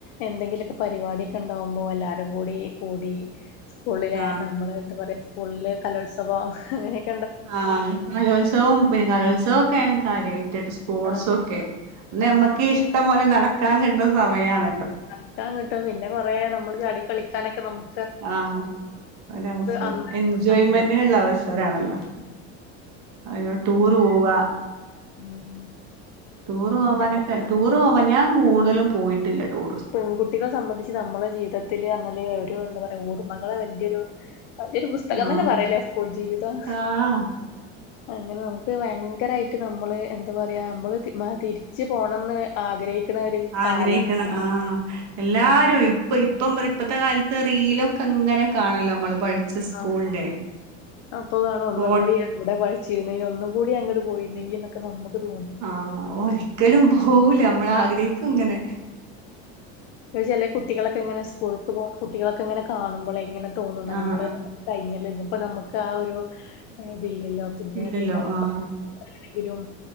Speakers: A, on the left; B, on the right.
A: എന്തെങ്കില്ക്ക പരിപാടിക്ക ഇണ്ടാവുമ്പോ എല്ലാരുംകൂടി കൂടി സ്കൂളിലെ
B: ആ
A: നമ്മള് എന്താ പറയാ സ്കൂളില് കലോത്സവോം അങ്ങനെയെ
B: ആഹ് കലോത്സവോം പിന്നെ കാലോത്സ തോക്കെണ് കാര്യായ് <unintelligible> സ്പോട്സൊക്കെ
A: ആ
B: ന്നെ മ്മക്ക് ഷ്ടം പോലെ നട ക്കാൻ കിട്ട്ണ സമയാണ്
A: നടക്കാൻ കി പിന്നെ കൊറേ നമ്മള് ചാടി കളിക്കാനക്ക നമ്മ്
B: ആഹ് ഒരവസരം
A: അന്ന്
B: എൻജോയ്മെന്റിന്ള്ള
A: രസാണല്ലോ
B: അവസരാണല്ലോ അയ്യോ ടൂറ് പോവാ
A: ഉം
B: ടൂറ് പോവാനക്കെ
A: എന്താ
B: ടൂറ് പോവാൻ ഞാൻ കൂട്തലും പോയിട്ടില്ല ടൂ
A: പെങ്കുട്ടികള സംബന്ധിച്ച് നമ്മള ജീവിതത്തില് പറഞ്ഞാല് ഒരു എന്താ പറയാ ഓർമകള് വല്ല്യയൊരു വല്ല്യയൊരു പുസ്തകന്നന്നെ
B: ആഹ്
A: പറയാല്ലേ ആ സ്കൂൾ ജീവിതം
B: ആഹ്
A: അങ്ങനെ നമുക്ക് ഭയങ്കരായിട്ട് നമ്മള് എന്താ പറയാ അമ്മള് തി മാ തിരിച്ച് പോണംന്ന് ആഗ്രഹി ക്കണൊരു
B: ആഗ്രഹിക്കുന്ന
A: കാലം
B: ആഹ് എല്ലാരും
A: നം
B: ഇപ്പൊ ഇ ഇപ്പം ഇപ്പത്തെ കാലത്ത് റീലൊക്കെ ഇങ്ങനെ കാണല്ലോ <unintelligible> പഠിച്ച സ്കൂളിന്റെ
A: ആഹ് അപ്പൊ കാണാം ഒന്നും
B: ഫോ
A: കൂടി <unintelligible> വച്ചിരുന്നെ ഒന്നു കൂടി അങ്ങട് പോയിരുന്നെങ്കി എന്ന് നമുക്ക് തോന്നും.
B: ആഹ് ഒരിക്കലും പോവൂല നമ്മളാഗ്രഹിക്കും ഇങ്ങനെ
A: ചില കുട്ടികളൊക്കെ ഇങ്ങനെ സ്കൂൾക്ക് പോ കുട്ടികളൊക്കെ ഇങ്ങനെ കാണുമ്പോളെ ഇങ്ങനെ തോന്നും
B: ആഹ്
A: നമ്മള്
B: ആഹ്
A: കഴിഞ്ഞ ഇപ്പ നമുക്ക് ആ ഒരു ഇിതില്ലല്ലോ പിന്നെ
B: ഇല്ലല്ലോ
A: അതേമാരി <unintelligible>
B: ആഹ്
A: <unintelligible>